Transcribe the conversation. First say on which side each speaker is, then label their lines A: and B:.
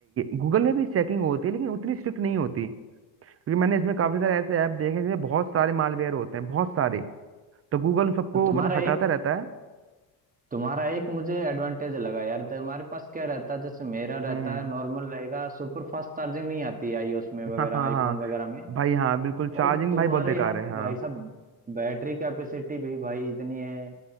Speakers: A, on the right (about 40°); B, on the right (about 25°).
A: गूगल में भी चेकिंग होती है लेकिन उतनी स्ट्रिक्ट नहीं होती क्योंकि मैंने इसमें काफी सारे ऐसे ऐप देखे हैं जिसमें बहुत सारे मालवेयर होते हैं बहुत सारे तो गूगल उन सबको
B: तुम्हारा
A: मतलब हटाता
B: एक
A: रहता है
B: तुम्हारा एक मुझे एडवांटेज लगा यार तो हमारे पास क्या रहता है जैसे मेरा
A: हम्म
B: रहता है नॉर्मल रहेगा सुपर फास्ट चार्जिंग नहीं आती आईओएस में वगैरह
A: हाँ हाँ
B: आईफोन
A: हाँ
B: वगैरह में
A: भाई हाँ बिल्कुल चार्जिंग
B: और तुम्हारे
A: भाई बहुत बेकार
B: यहाँ
A: है
B: पे
A: हाँ
B: भाई साहब बैटरी कैपेसिटी भी भाई इतनी है